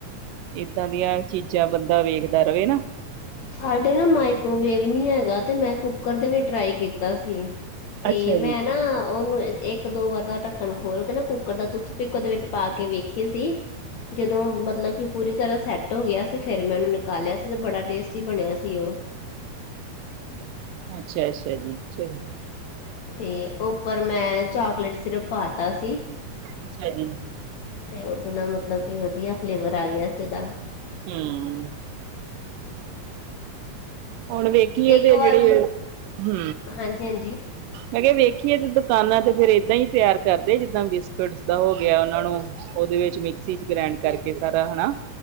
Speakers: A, on the right (about 80°); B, on the left (about 75°).
A: ਏਦਾਂ ਦੀਆਂ ਚੀਜ਼ਾਂ ਬੰਦਾ ਵੇਖਦਾ ਰਵੇ ਨਾ
B: ਸਾਡੇ ਨਾ ਮਾਈਕ੍ਰੋਵੇਵ ਨੀ ਹੈਗਾ ਤੇ ਮੈਂ ਕੁੱਕਰ ਦੇ ਵੀ ਟਰਾਏ ਕੀਤਾ ਸੀ। ਤੇ
A: ਅੱਛਾ
B: ਮੈਂ
A: ਜੀ
B: ਨਾ ਉਨੂੰ ਇੱਕ-ਦੋ ਵਾਰ ਦਾ ਢੱਕਣ ਖੋਲ ਕੇ ਨਾ ਕੁੱਕਰ ਦਾ ਤੁੁੱਥ ਪਿਕ ਉਦੇ ਵਿੱਚ ਪਾ ਕੇ ਵੇਖੀ ਸੀ ਜਦੋਂ ਮਤਲਬ ਕਿ ਪੂਰੀ ਤਰਾਂ ਸੈੱਟ ਹੋ ਗਿਆ ਸੀ ਫੇਰ ਮੈਂ ਉਨੂੰ ਨਿਕਾਲਿਆ ਸੀ ਤੇ ਬੜਾ ਟੇਸ ਟੀ ਬਣਿਆ ਸੀ ਓ।
A: ਅੱਛਾ-ਅੱਛਾ ਜੀ ਚਲ।
B: ਤੇ ਉੱਪਰ ਮੈਂ ਚਾਕਲੇਟ ਸਿਰਪ ਪਾਤਾ ਸੀ।
A: ਅੱਛਾ ਜੀ।
B: ਤੇ ਉਦੇ ਨਾ ਮਤਲਬ ਕਿ ਵਧੀਆ ਫਲੇਵਰ ਆ ਗਿਆ ਸੀਗਾ।
A: ਹੂੰ। ਹੁਣ ਵੇਖੀਏ
B: ਇੱਕ
A: ਤੇ
B: ਵਾਰ
A: ਜੇੜੀ, ਹੂ
B: ਹਾਂਜੀ-ਹਾਂਜੀ।
A: ਮੈਂ ਕੇਆ ਵੇਖੀਏ ਤੇ ਦੁਕਾਨਾਂ ਤੇ ਫਿਰ ਏਦਾਂ ਈ ਤਿਆਰ ਕਰਦੇ ਜਿੱਦਾਂ ਬਿਸਕੁਟਸ ਦਾ ਹੋ ਗਿਆ ਉਨਾਂ ਨੂੰ ਉਦੇ ਵਿੱਚ ਮਿਕਸੀ 'ਚ ਗ੍ਰੈਂਡ ਕਰਕੇ ਸਾਰਾ ਹਨਾ।